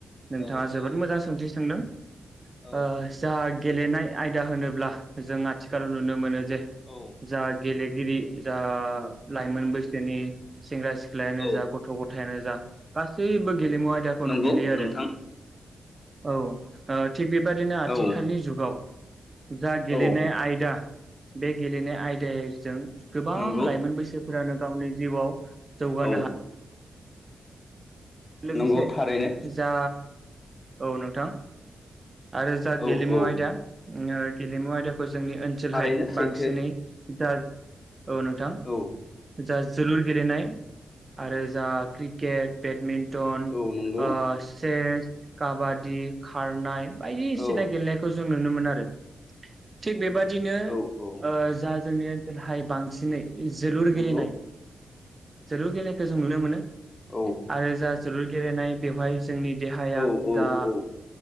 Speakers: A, on the right; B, on the left.
A: नोंथाङा
B: औ
A: जोबोद
B: औ
A: मोजां सोंथि सोंदों
B: औ
A: ओ <unintelligible> गेलेनाय आयदा होनोब्ला जों आथिखालाव नुनो मोनो <unintelligible>
B: औ
A: जा गेले गिरि जा लाइमोन बैसोनि सेंग्रा सि ख्लायानो
B: औ
A: जा गथ' गथायानो जा गास सैबो गेलेमु आयदाखौनो
B: नंगौ
A: गेलेयो आरो।
B: नोंथां
A: औ। ओ थिग बेबायदिनो आथिखालनि
B: औ
A: जुगाव जा गेलेनाय
B: औ
A: आयदा बे गेलेनाय आयदा जों गोबां
B: नंगौ
A: लाइमोन बैसोफोरानो गावनि जिउआव जौगानो
B: औ
A: हा लोगोसे
B: नंगौ थारैनो
A: जा औ नोंथां। आरो जा
B: औ
A: गेलेमु
B: औ
A: आयदा ओ गेलेमु आइदा खौ जोंनि ओनसोलहाय
B: थारैनो सैथो
A: बांसिनै जा औ नोंथां
B: औ
A: जा जोलुर गेलेनाय आरो जा क्रिकेट बेडमिन्ट थन
B: औ नंगौ
A: ओ सेस काबादि खारनाय बायनिसिना
B: औ
A: गेलेनायखौ जों नुनो मोन आरो थिग बेबादिनो
B: औ औ
A: ओ जा जोंनि ओन हाय बांसिनै जोलुर गेलेनाय
B: नंगौ
A: जोलुर गेलेनायखो जों नुनो मोनो।
B: औ
A: आरो जा जोलुर गेलेनाय बेवहाय जोंनि देहाया
B: औ
A: जा
B: औ